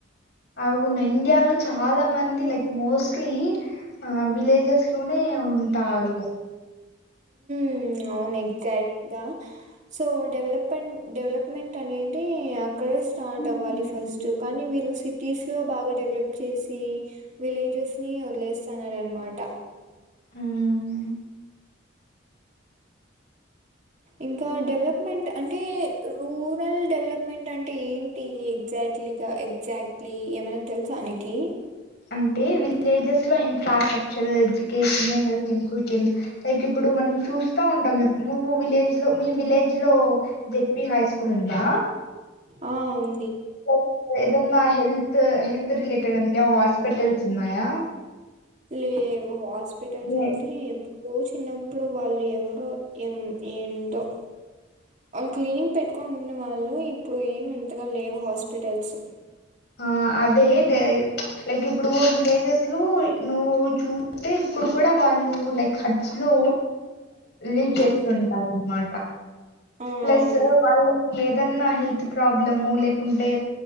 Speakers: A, on the left; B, on the right.
A: అవును ఇండియాలో చాలా మంది లైక్ మోస్ట్లీ ఆ విలేజెస్ లోనే ఉంటారు.
B: ఉమ్ అవును ఎగ్జాక్ట్గా, సో డెవలప్మెంట్ డెవలప్మెంట్ అనేది అక్కడే స్టార్ట్ అవ్వాలి
A: చాలా డెవలప్మెంట్
B: ఫస్ట్, కానీ వీళ్ళు సిటీస్ లో బాగా డెవలప్ చేసి వీలే జెస్ ని వదిలేస్తారనమాట
A: మ్మ్.
B: ఇంకా డెవలప్మెంట్ అంటే రూరల్ ల్ డెవలప్మెంట్ అంటే ఏంటి ఎగ్జాక్ట్లీగా, ఎగ్జాక్ట్లీ ఏమైనా తెలుసానికి
A: అంటే విలేజెస్ లో infrastructure, education, health improve like ఇప్పుడు మనం చూస్తా ఉంటాంప్పుడు నువ్వు విలేజ్ లో మీ విలేజ్ లో జెడ్పీ హై స్కూల్ ఉందా?
B: ఆ ఉం
A: ట్ల ఏదన్ మా హెల్త్ హెల్త్ రిలేటెడ్ అంటే హాస్పిటల్స్ ఉన్నాయా?
B: లేవు హాస్పిటల్స్
A: లే
B: అయితే ఎప్పుడో చిన్న ఇప్పుడు వాళ్ళు ఎవరో ఏం ఏంటో క్లినిక్ పెట్టుకొని ఉన్న వాళ్ళు ఇప్పుడు ఏం అంతగా లేవు హాస్పిటల్స్.
A: ఆ అదే ప్చ్ లైక్ ఇప్పుడు విలేజెస్ లో నువ్వు చూస్తే ఇప్పుడు కూడా వాళ్ళు లైక్ హట్స్ లో లీడ్
B: ఉమ్
A: చేస్తుంటారు అనమా
B: ఆ
A: ప్లస్
B: అవును
A: వాళ్ళ ఏదన్నా హెల్త్ ప్రాబ్లము, లేకుంటే